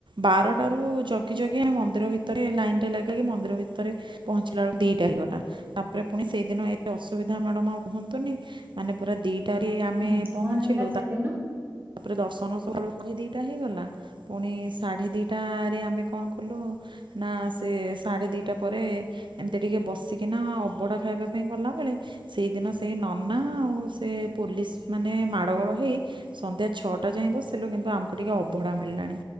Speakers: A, on the right; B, on the right.
A: ବାରଟ ରୁ ଜଗି ଜଗି ଆମେ ମନ୍ଦିର ଭିତରେ, ଲାଇନ ରେ ଲାଗି ଲାଗି ମନ୍ଦିର ଭିତରେ, ପହଞ୍ଚିଲା ବେଳକୁ ଦିଟା ହେଇଗଲା। ତାପରେ ପୁଣି ସେଇଦିନ ଏତେ ଅସୁବିଧା ମ୍ୟାଡାମ ଆଉ କୁହନ୍ତୁନି ମାନେ ପୁରା ଦି ଟାରେ ଆମେ
B: ହୁଁ
A: ପହଞ୍ଚିଲୁ
B: କଣ ହେଲା ସେଦିନ?
A: ତାପରେ ଦର୍ଶନ ସକାଳୁ ଉଠି ଦିଇଟା ହେଇଗଲା। ପୁଣି ସାଢେ ଦିଟରେ ଆମେ କଣ କଲୁ ନା ସେ ସାଢେ ଦିଟା ପରେ ଏମତି ଟିକେ ବସିକିନା ଅବଡା ଖାଇବା ପାଇଁ ଗଲାବେେଳେ ସେଇଦିନ ସେଇ ନନା ଆଉ ସେ ପୋଲିସ ମାନେ ମାଡ ଗୋଡ ହେଇ ସନ୍ଧ୍ୟା ଛଅଟା ଯାଇଁ ବସିଲୁ କିନ୍ତୁ ଆମକୁ ଟିକିେ ଅବଡ଼ା ମିଳିଲାଣି।